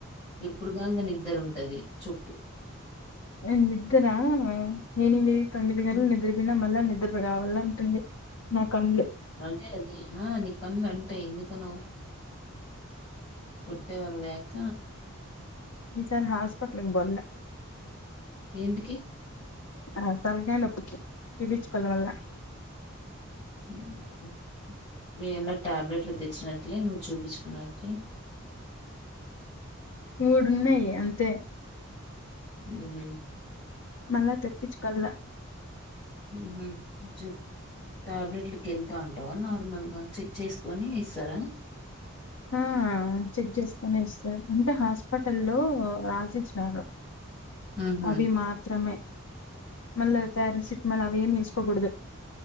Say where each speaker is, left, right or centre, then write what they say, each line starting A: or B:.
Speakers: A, on the left (about 20°); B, on the left (about 80°).
A: ఎప్పుడు గాంగ నిద్దరుంటది చొప్పు
B: ఎ నీద్దరా ఏనిమీ తొమ్మిది గంటలు
A: ఉమ్,
B: నిద్ర పోయినా మల్లా నిద నిద్దర రావల్ అంటుంది నా కళ్డ్లు
A: అదే అదే ఆ నీ కండ్లు అంటాయి ఎందుకనవ్ కుట్టే వాళ్ళేక
B: ఈ సార్ హాస్పిటల్కి బొల్ల
A: ఎంటికి
B: ఆ తల్కాయ్ నొప్పికి చూపించుకోల వల్ల
A: ఉహ్ వే అన్న టాబ్లెట్లు తెచ్చినట్లే నువ్వు చూపించుకున్నట్లే
B: మూడున్నాయి అంతే
A: ఉ హు
B: మళ్ళా తెప్పిచ్కోళ్ళ
A: ఉ హు చెప్ టాబ్లెట్లకెళ్తా ఉంటాద నార్మల్ గా చెక్ చేసుకోని ఇస్తారా
B: ఆ చెక్ చేసుకొనే ఇస్తారు అంటే హాస్పిటల్లో రాసిచ్చినారు
A: ఉహు
B: అవి మాత్రమే మళ్ళా ప్యారసిటిమల్ అవేమీ ఎసుకోకూడదు